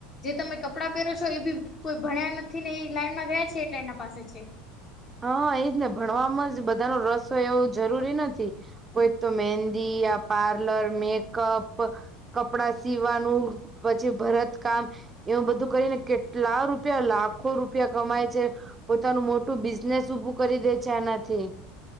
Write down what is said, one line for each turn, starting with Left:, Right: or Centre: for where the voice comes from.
Left: જે તમે કપડાં પહેરો. એ બી કોઈ ભણ્યા નથી ને એ લાઈનમાં ગયા છે એટલે એના પાસે છે.
Right: હા એજ ને ભણવામાં જ બધા ન રસ હોય એવું જરૂરી નથી. કોઈ તો મહેંદી યા પાર્લર મેકઅપ. કપડા સીવાનું પછી ભરત કામ એવ બધું કરીને કેટલા રૂપિયા લાખો રૂપિયા કમાય છે. પોતાનું મોટું બ બિઝનેસ ભું કરી દે છે એનાથી.